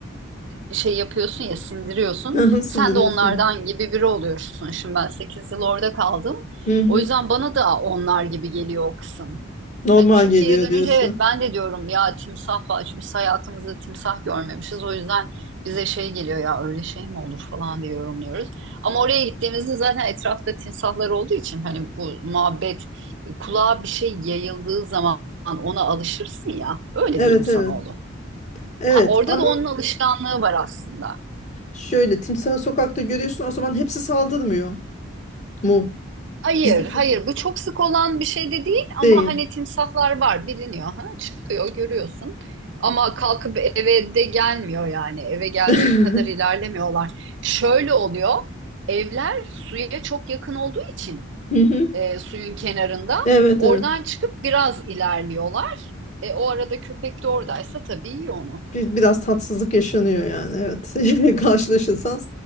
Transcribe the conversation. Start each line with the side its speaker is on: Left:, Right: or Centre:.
Right: e, şey yapıyorsun ya sindiriyorsun.
Left: <laughs> Hı hı, Sindiriyorsun.
Right: Sen de onlardan gibi biri oluyorsun. Şimdi ben 8 yıl orada kaldım.
Left: Hı hı.
Right: O yüzden bana da onlar gibi geliyor o kısım.
Left: Normal
Right: Yani Türkiye'ye
Left: geliyor
Right: dönünce
Left: diyorsun.
Right: evet ben de diyorum ya timsah var. Çünkü biz hayatımızda timsah görmemişiz. O yüzden bize şey geliyor ya öyle şey mi olur falan diye yorumluyoruz. Ama oraya gittiğimizde zaten etrafta timsahlar olduğu için hani bu muhabbet kulağa bir şey yayıldığı zaman ona alışırsın ya. Öyledir
Left: Evet
Right: insanoğlu.
Left: evet. Evet
Right: Ha, orada
Left: ama
Right: da onun alışkanlığı var aslında.
Left: şöyle timsahı sokakta görüyorsun o zaman hepsi saldırmıyor mu?
Right: Hayır,
Left: Bizdeki
Right: hayır. Bu çok sık olan bir şey de değil ama
Left: değil.
Right: hani timsahlar var, biliniyor. Ha? Çıkıyor, görüyorsun. Ama kalkıp eve de gelmiyor yani. Eve gelecek
Left: <laughs>
Right: kadar ilerlemiyorlar. Şöyle oluyor. Evler suya çok yakın olduğu için
Left: Hı hı.
Right: e, suyun kenarında
Left: Evet
Right: oradan
Left: evet.
Right: çıkıp biraz ilerliyorlar. E, o arada köpek de oradaysa tabii yiyor onu.
Left: Bir, biraz tatsızlık yaşanıyor yani evet. <laughs> Karşılaşırsan